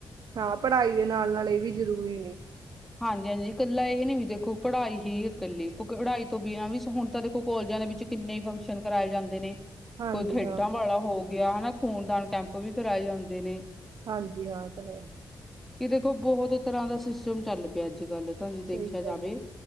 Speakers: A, on the right (about 70°); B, in the centre.
A: ਹਾਂ, ਪੜਾਈ ਦੇ ਨਾਲ- ਨਾਲ ਇਹ ਵੀ ਜ਼ਰੂਰੀ ਨੇ
B: ਹਾਂਜੀ- ਹਾਂਜੀ। ਇਕੱਲਾ ਏਹ ਨੀ ਵੀ ਦੇਖੋ ਪੜ੍ਹਾਈ ਹੀ ਏ ਕੱਲੀ ਪੜਾਈ ਤੋਂ ਬਿਨਾਂ ਵੀ, ਹੁਣ ਤਾਂ ਦੇਖੋ ਕੋਲਜਾਂ ਦੇ ਵਿੱਚ ਕਿੰਨੇ ਫੰਕਸ਼ਨ ਕਰਾਏ ਜਾਂਦੇ ਨੇ
A: ਹਾਂਜੀ
B: ਕੋਈ ਖੇਡਾਂ
A: ਹਾਂ
B: ਵਾਲਾ ਹੋ ਗਯਾ, ਹਨਾ ਖੂਨਦਾਨ ਕੈਂਪ ਵੀ ਕਰਾਏ ਜਾਂਦੇ ਨੇ
A: ਹਾਂਜੀ ਹਾਂ ਇਹ ਤਾਂ ਹੈ
B: ਕਿ ਦੇਖੋ ਬਹੁਤ ਤਰਾਂ ਦਾ ਸਿਸਟਮ ਚੱਲ ਪਿਐ ਅੱਜ- ਕੱਲ, ਤਾਂ ਜੇ ਦੇਖਆ
A: ਸਹੀ
B: ਜਾਵੇ
A: ਗੱਲ ਹੈ